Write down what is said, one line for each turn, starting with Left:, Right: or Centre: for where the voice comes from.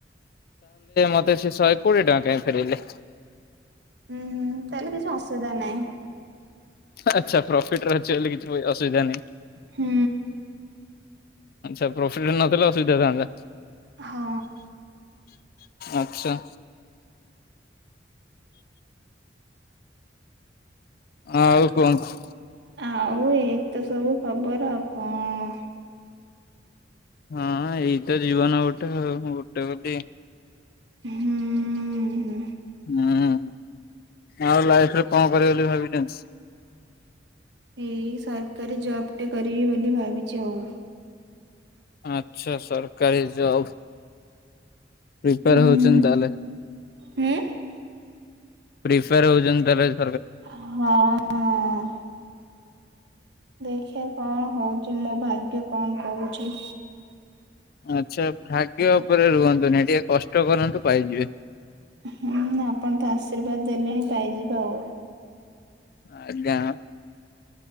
Left: ମତେ ସେ ଶହେ କୋଡିଏ ଟଙ୍କା କାହିଁ ଫେରେଇଲେ?
Right: ହୁଁ ହୁଁ ତାହେଲେ କିଛି ଅସୁବିଧା ନାଇଁ।
Left: ଆଚ୍ଛା ପ୍ରଫିଟ୍ ରେ ଅଛି ବୋଲି କିଛି ଅସୁବିଧା ନାହିଁ।
Right: ହୁଁ।
Left: ଆଚ୍ଛା ପ୍ରଫିଟ ନଥିଲେ ଅସୁବିଧା ଥାନ୍ତା।
Right: ହଁ।
Left: ଆଚ୍ଛା। ଆଉ କୁହନ୍ତୁ
Right: ଆଉ ଏଇତ ସବୁ ଖବର ଆଉ କଣ
Left: ହଁ ଏଇ ତ ଜୀବନ ଗୋଟେ ଆଉ ଗୋଟେ ବୋଲି
Right: ହୁଁ ।
Left: ହୁଁ ଆଉ ଲାଇଫରେ କଣ କରିବେ ବୋଲି ଭାବିଚନ୍ତି?
Right: ଏଇ ସରକାରୀ ଜବଟେ କରିବି ବୋଲି ଭାବିଚି ଆଉ।
Left: ଆଚ୍ଛା ସରକାରୀ ଜବ୍। ପ୍ରିପାର
Right: ହୁଁ।
Left: ହଉଚନ୍ତି ତାହେଲେ।
Right: ହୁଁ।
Left: ପ୍ରିପାୟର ହଉଚନ୍ତି ତା ହେଲେ?
Right: ହଁ। ଦେଖିଆ କଣ ହଉଚି ମୋ ଭାଗ୍ୟରେ କଣ କହୁଚି?
Left: ଆଚ୍ଛା ଭାଗ୍ୟ ଉପରେ ରୁହନ୍ତୁନି ଟିକେ କଷ୍ଟ କରନ୍ତୁ ପାଇଯିବେ।
Right: ହୁଁ ଆପଣ ତ ଆଶୀର୍ବାଦ ଦେଲେଣି ପାଇଯିବା ଆଉ।
Left: ଆଜ୍ଞା।